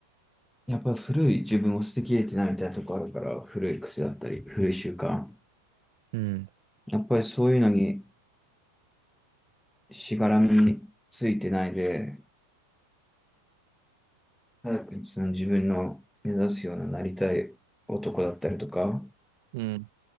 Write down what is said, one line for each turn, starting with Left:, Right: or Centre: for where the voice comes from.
Centre: やっぱり古い自分を捨てきれてないみたいなとこあるから、古い癖だったり、古い習慣。
Right: うん。
Centre: やっぱりそういうのにしがらみについてないで、早くその自分の目指すようななりたい男だったりとか、
Right: うん。